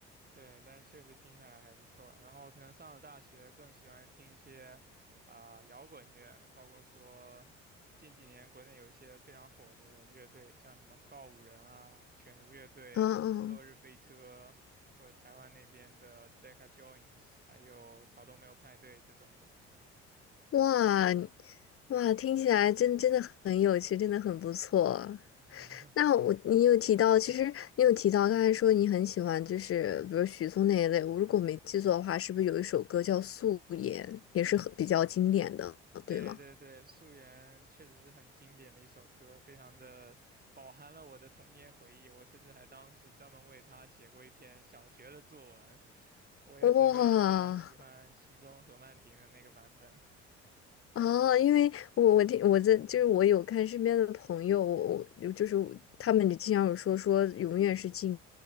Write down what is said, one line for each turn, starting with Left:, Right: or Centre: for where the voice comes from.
Right: 对，但是确实听下来还不错。然后可能上了大学，更喜欢听一些啊、摇滚乐，包括说近几年国内有一些非常火的乐队，像什么告五人啊、犬儒乐队、
Left: 嗯嗯，
Right: 落日飞车，或者台湾那边的 Deca Joins，还有草东没有派对这种的。
Left: 哇哇，听起来真真的很有趣，真的很不错。
Right: <laughs>
Left: 那我你有提到，其实你有提到刚才说你很喜欢，就是比如许嵩那一类。我如果没记错的话，是不是有一首歌叫《素颜》，也是很比较经典的，
Right: 对对对，
Left: 对吗？
Right: 《素媛》确实是很经典的一首歌，非常的饱含了我的童年回忆。我甚至还当时专门为它写过一篇小学的作文。<laughs> 我也是非常非常喜欢许嵩何曼婷的那个版本。
Left: 哇啊！因为我我听我在就是我有看身边的朋友，我我就是他们经常有说说永远是经